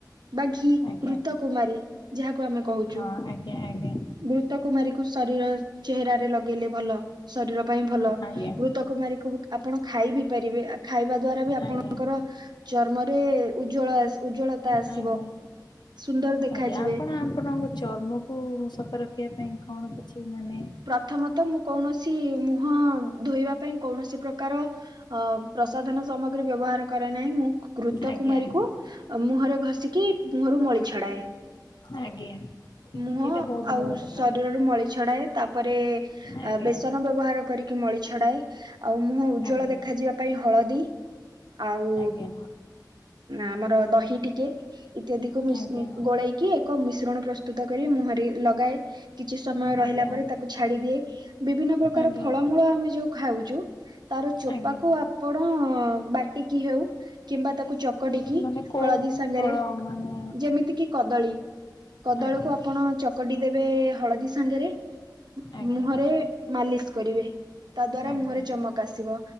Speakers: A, on the right; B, on the left.
A: ବା ଘି
B: ଆଜ୍ଞା
A: କ୍ରୁତ କୁମାରୀ ଯାହାକୁ ଆମେ କହୁଚୁ
B: ହଁ ଆଜ୍ଞା ଆଜ୍ଞା
A: ଘୃତ କୁମାରୀକୁ ଶରୀର ଚେହେରାରେ ଲଗେଇଲେ ଭଲ ଶରୀର ପାଇଁ ଭଲ
B: ଆଜ୍ଞା
A: କୃତ ଘୃତ କୁମାରୀକୁ ଆପଣ ଖାଇ ବି ପାରିବେ ଆଉ ଖାଇବା ଦ୍ଵାରା ବି ଆପଣ
B: ଆଜ୍ଞା
A: ଙ୍କର ଚର୍ମରେ ଉଜ୍ଜଳ ଉଜ୍ଜଳତା ଆସିବ।
B: ଆଜ୍ଞା।
A: ସୁନ୍ଦର ଦେଖାଯିବେ
B: ଆଜ୍ଞା ଆପଣ ଆପଣଙ୍କ ଚର୍ମକୁ ସଫା ରଖିବା ପାଇଁ କଣ କିଛି ମାନେ
A: ପ୍ରଥମତଃ ମୁଁ କୌଣସି ସିଏ ମୁହଁ ଧୋଇବା ପାଇଁ କୌଣସି ପ୍ରକାର ଅ ପ୍ରସାଧନ ସାମଗ୍ରୀ ବ୍ୟବହାର କରେ ନାହିଁ ମୁଁ ଘୃତ
B: ଆଜ୍ଞା
A: କୁମାରୀକୁ
B: ଆଜ୍ଞା
A: ମୁହଁରେ ଘଷିକି ମୁହଁରୁ ମଳି ଛଡ଼ାଏ।
B: ଆଜ୍ଞା।
A: ମୁହଁ
B: ଏଇଟା ବହୁତ
A: ଆଉ
B: ଭଲ
A: ଶରୀରରୁ
B: କଥା
A: ମଳି ଛଡାଏ ତାପରେ
B: ଆଜ୍ଞା
A: ବେସନ ବ୍ୟବହାର କରିକି ମଳି ଛଡାଏ ଆଉ ମୁହଁ ଉଜ୍ଜଳ
B: ଆଜ୍ଞା
A: ଦେଖାଯିବା ପାଇଁ ହଳଦୀ ଆଉ
B: ଆଜ୍ଞା
A: ଆମର ଦହି ଟିକେ ଇତ୍ୟାଦିକୁ ମିସ୍
B: ଆଜ୍ଞା
A: ଗୋଳେଇକି ଏକ ମିଶ୍ରଣ ପ୍ରସ୍ତୁତ କରି ମୁହଁରେ ଲଗାଏ କିଛି ସମୟ ରହିଲା
B: ଆଜ୍ଞା
A: ପରେ ତାକୁ ଛାଡି ଦିଏ ବିଭିନ୍ନ ପ୍ରକାର
B: ଆଜ୍ଞା ଆଜ୍ଞା
A: ଫଳମୂଳ ଆମେ ଯୋଉ ଖାଉଚୁ ଆରେ ଚୋପାକୁ
B: ଆଜ୍ଞା
A: ଆପଣ ବାଟିକି ହେଉ କିମ୍ବା ତାକୁ ଚକ୍ କରିକି
B: ମାନେ କୋଉ
A: ହଳଦୀ ସାଙ୍ଗରେ
B: ଫଳ ମାନେ
A: ଯେମିତି କିି କଦଳୀ କଦଳୀକୁ
B: ଆଜ୍ଞା
A: ଆପଣ ଚକଟି ଦେବେ ହଳଦୀ ସାଙ୍ଗରେ
B: ଆଜ୍ଞା
A: ମୁହଁରେ ମାଲିସ୍ କରିବେ ତା ଦ୍ଵାରା
B: ଆଜ୍ଞା
A: ମୁହଁରେ ଚମକ ଆସିବ।